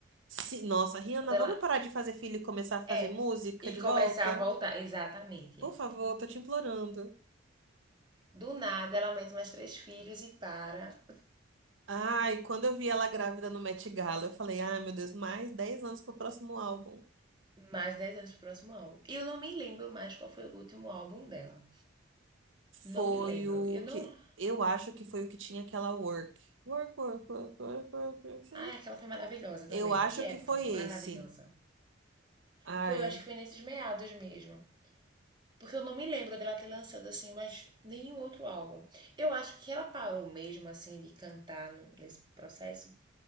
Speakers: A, on the right (about 80°); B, on the right (about 25°).
A: Sim, nossa, Rihanna,
B: Quando
A: vamos
B: ela.
A: parar de fazer filho e começar a fazer
B: É.
A: música
B: E
A: de
B: começar
A: volta?
B: a voltar, exatamente.
A: Por favor, tô te implorando.
B: Do nada, ela mete mais três filhos e para
A: Ai, quando eu vi ela grávida no Met Gala, eu falei, ai, meu Deus, mais 10 anos pro próximo álbum.
B: <laughs> mais dez anos pro próximo álbum. E eu não me lembro mais qual foi o último álbum dela. Não
A: Foi
B: me lembro.
A: o
B: Eu não.
A: que, eu acho que foi o que tinha aquela Work. Work, work, work, work, work, work.
B: Ah, aquela foi maravilhosa também.
A: Eu acho
B: Que época
A: que foi
B: maravilhosa.
A: esse. Ai,
B: Foi, eu acho que foi nesses meados mesmo. Porque eu não me lembro dela ter lançado assim, mas nenhum outro álbum. Eu acho que ela parou mesmo assim de cantar nesse processo.